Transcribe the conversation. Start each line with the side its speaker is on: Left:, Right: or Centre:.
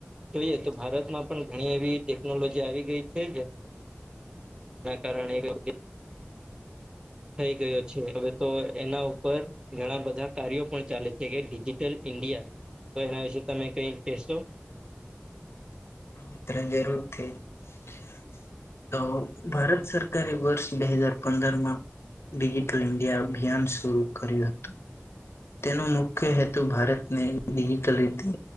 Right: જોઈએ તો ભારતમાં પણ ઘણી એવી ટેકનોલોજી આવી ગઈ છે. કારણેિજલ થઈ ગયો છે હવે તો એના ઉપર <unintelligible> <inaudible> ઘણા બધા કાર્યો પણ ચાલે છે કે ડિજિટલ ઈન્ડિયા તો એના વિશે તમે કઈ કહેશો?
Left: મ ત્રણ જરૂર થ <unintelligible> <inaudible> તો ભારત સરકારે વર્ષ બે હજાર પંદર માં. ડિજિટલ ઇન્ડિયા અભિયાન શર કર્યું હતું. તેનો મુખ્ય હેતુ ભારતને ડિજીટલ રીતે.